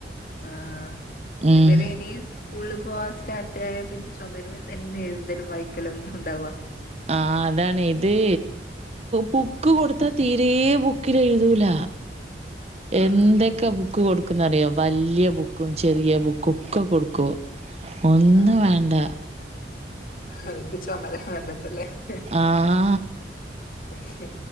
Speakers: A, on the left; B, on the right.
A: ആ
B: ഉം
A: ഇവര്ഇനി സ്കൂളിപോവാ സ്റ്റാർട്ടിആയ പിന്നെ ചൊമരു തന്നെ എഴുതലും വായിക്കലന്നും ഉണ്ടാവാ
B: ആഹ് അതാണ് ഇത് പുക്ക് കൊടുത്ത തീ രെ ബുക്കിലഴുതൂല എന്തൊക്കെ
A: ഉം
B: ബു ക്ക് കൊടുക്കുന്നറിയോ വല്ല്യ ബുക്കും ചെറിയ ബുക്കും കുക്ക് കൊടുക്കു ഒന്നും
A: ആഹ്
B: വേണ്ട
A: അവർക്ക് ചൊമര വേണ്ടതല്ലേ ഹ്
B: ആഹ്
A: ഹേ ഹേ